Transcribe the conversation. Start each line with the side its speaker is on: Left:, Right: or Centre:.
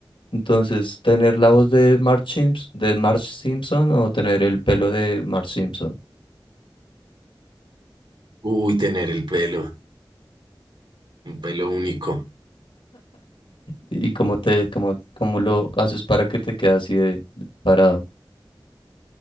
Left: entonces, ¿tener la voz de Marge Simps- de Marge Simpson o tener el pelo de Marge Simpson?
Right: Uy, tener el pelo, un pelo único.
Left: ¿Y cómo te, cómo, cómo lo haces para que te quede así de, de- parado?